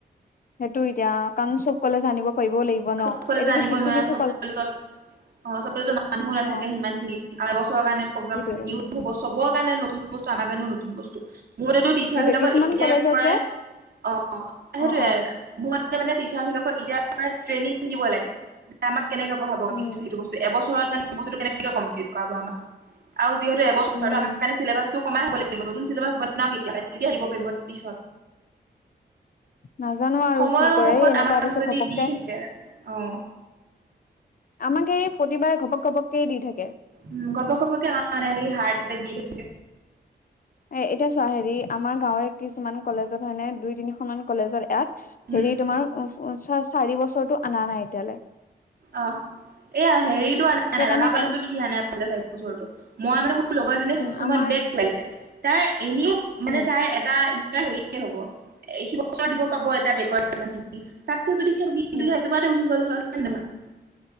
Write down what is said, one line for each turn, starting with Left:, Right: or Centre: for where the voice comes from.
Left: সেইটো এতিয়া, কাৰণ চব কলেজ আনিব পাৰিব লাগিব। ন
Right: চব কলেজে
Left: এইটোতো
Right: আনিব
Left: কিছু
Right: নোৱাৰে
Left: কিছু
Right: চব কলেজত অ' চব কলেজত মানুহ নাথাকে
Left: অ
Right: সিমান খিনি, আৰু এবছৰৰ কাৰণে প্ৰগ্ৰেম
Left: সেইটোয়ে
Right: হ'ব চবৰ কাৰণে নতুন বস্তু আম কাৰণেও নতুন বস্তু মোৰমতেতো। টিচাৰ
Left: সেইটোয়ে
Right: বিলাকক
Left: কিছুমান
Right: এতিয়াৰ
Left: কলেজত
Right: পৰাই
Left: যে
Right: অ' সেইটোৱে।
Left: অ অ
Right: মোৰ মতে মানে টিচাৰ বিলাকক এতিয়া ট্ৰেইনিং দিব লাগে, যে আমাক কেনেকে পঢ়াব পাৰিব
Left: উম
Right: সেইটো বস্তু। তে এবছৰত মানে বস্তটো কেনেকে কমপ্লিট কৰাব আমাক আৰু যিহেতু এবছ
Left: উম
Right: আমাৰ কাৰণে চিলেবাছটো কমাই হ'ব লাগিব, নতুন চেবছ বনাওক এতিয়া তেতিয়াহে দিব পাৰিব পিছত।
Left: নাজানো। আৰু
Right: সময়ৰ
Left: কি কয়
Right: মুৰত
Left: এই এনেকুৱা
Right: আমাক
Left: তাৰপিছত
Right: যদি
Left: ঘপককে
Right: দি থাকে অ'।
Left: আমাক এই প্ৰতিবাৰে ঘপক ঘপককে দি থাকে।
Right: উম, ঘপক ঘপককে মানে হাৰট এটেক্ত দি থাকে।
Left: এ এতিয়া চোৱা হেৰি আমাৰ গাঁৱৰে কিছুমান কলেজত হয় নে দুই তিনিখন মান কলেজত ইয়াত।
Right: উম,
Left: হেৰি তোমাৰ চাৰি বছৰটো অনা নাই এতিয়ালৈ।
Right: অ', এয়া হেৰিতটো আনা
Left: সেইকাৰণে
Right: নাই ৰহা কলেজতো
Left: এ
Right: দিয়া নাই চাৰি বচৰটো। মই মানে মোৰ লগৰ এজনীয়ে
Left: উম
Right: ফিফ চেমত
Left: আমাৰ
Right: বেক লাগিছে তাৰ এনেও
Left: উম
Right: মানে তাইৰ এটা হেৰিয়ে হ'ব সিবছৰ দিব পাব এটা বেকৰ এটা তাতকে যদি সিক দি নিদিলে
Left: উম
Right: একেবাৰতে উঠি গ'ল হয় হয়নে নহয়।